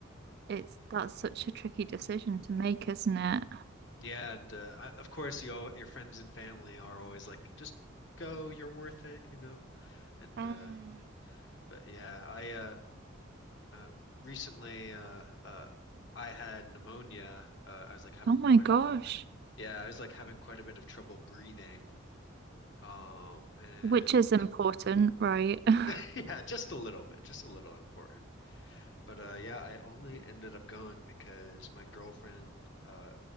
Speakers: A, on the right; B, on the left.
A: it's that's such a tricky decision to make, isn't it?
B: yeah, and uh I, of course you all your friends and family are always like, just go, you're worth it, you know. And
A: Mm.
B: uh but yeah, I uh um recently uh uh I had pneumonia. Uh I was like having
A: Oh my
B: quite
A: gosh.
B: a yeah, I was like having quite a bit of trouble breathing. Um and
A: Which is important, right? <laughs>
B: <laughs> yeah, just a little bit, just a little important. But uh yeah, I only ended up going because my girlfriend uh